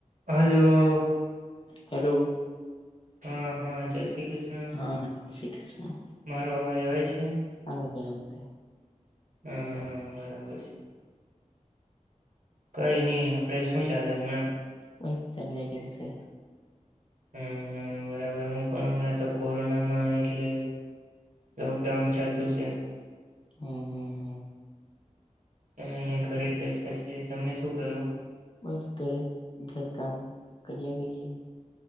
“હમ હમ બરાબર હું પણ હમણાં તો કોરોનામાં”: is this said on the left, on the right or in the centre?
Right